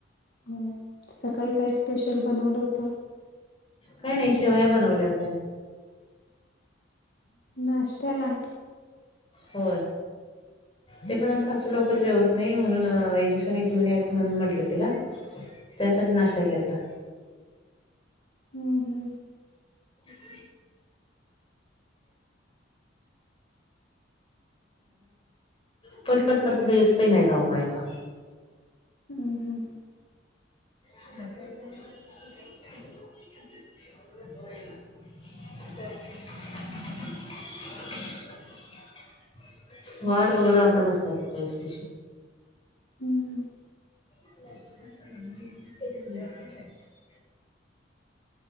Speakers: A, on the left (about 50°); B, on the left (about 25°).
A: हो सकाळी काय स्पेशल बनवलं होत
B: काय नाही शेवया बनवल्या होत्या
A: नष्टला
B: हो ते
A: हम्म,
B: पण असं असं लवकर जेवत नाही म्हणून इंजेक्शन घेऊन याचं अस म्हण म्हटलं तिला त्यासाठी नाश्ता केलता
A: हम, हम्म!
B: <inaudible> पट
A: हम्म,
B: पटपट
A: हम्म,
B: यथ पहि नाहीय अओ बाय का,
A: हम्, हम्.
B: <inaudible> <inaudible> वाट बघत आपल्या बसतात इशटी
A: हम्म हम्.
B: <inaudible>